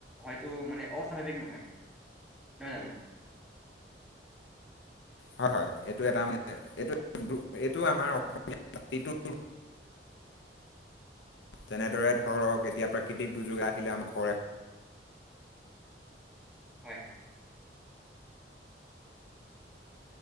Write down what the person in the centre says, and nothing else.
হয়তো মানে অস্বাভাৱিক নহয়। নহয় জানো?
হয়।